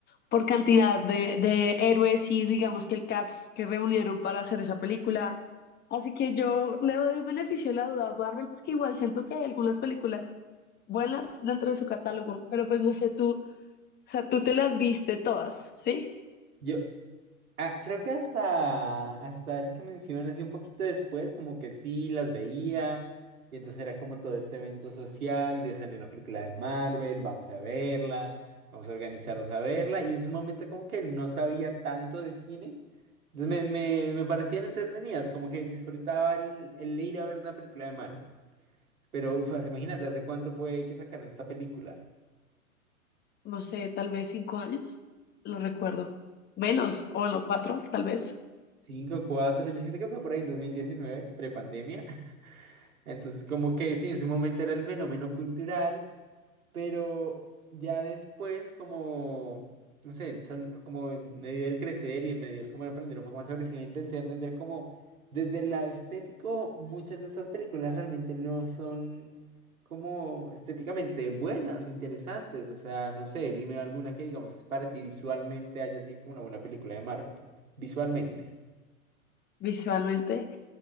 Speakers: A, on the left; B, on the right.
A: por cantidad de, de héroes y digamos que el cast que reunieron para hacer esa película. Así que yo le doy el beneficio de la duda a Marvel porque igual siento que hay algunas películas buenas dentro de su catálogo, pero pues no sé tú, o sea, tú te las viste todas, ¿sí?
B: Yo, Ah, creo que hasta, hasta esa que mencionas y un poquito después, como que sí las veía. Y entonces era como todo este evento social de salir una película de Marvel, vamos a verla, vamos a organizarnos a verla. Y en su momento como que no sabía tanto de cine. Entonces me, me, me parecían entretenidas, como que disfrutaba el, el ir a ver una película de Marvel. Pero uf, imagínate, ¿hace cuánto fue que sacaron esta película?
A: No sé, tal vez cinco años, lo recuerdo. Menos, o no, cuatro, tal vez,
B: cinco cuatro yo siento que fue por ahí en dos mil diecinueve prepandemia. Entonces, como que sí, en su momento era el fenómeno cultural, pero ya después, como, no sé, sol- como en medio del crecer y en medio del como de aprender un poco más sobre el cine, empecé a entender como desde el lado estético, muchas de estas películas realmente no son como estéticamente buenas o interesantes. O sea, no sé, dime alguna que, digamos, para ti visualmente haya sido como una buena película de Marvel, visualmente.
A: visualmente.